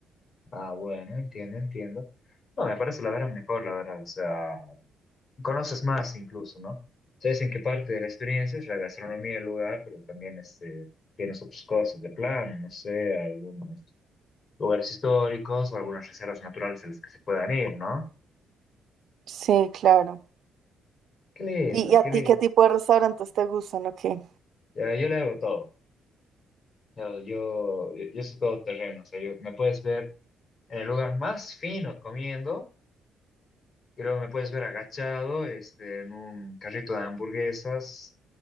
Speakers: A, on the left (about 50°); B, on the right (about 65°).
A: Ah, bueno, entiendo, entiendo. No, me parece la verdad mejor, la verdad. O sea. conoces más incluso, ¿no? sabes en qué parte de la experiencia es la gastronomía del lugar, pero también este, tienes otras cosas de plan, no sé, algunos lugares históricos o algunas reservas naturales a las que se puedan ir, ¿no?
B: Sí, claro.
A: Qué lindo,
B: ¿Y, y a
A: qué lindo.
B: ti qué tipo de restaurantes te gustan o qué?
A: Ya, Yo, le hago todo. Yo, yo, yo soy todo terreno, o sea, yo, me puedes ver en el lugar más fino comiendo, y luego me puedes ver agachado este, en un carrito de hamburguesas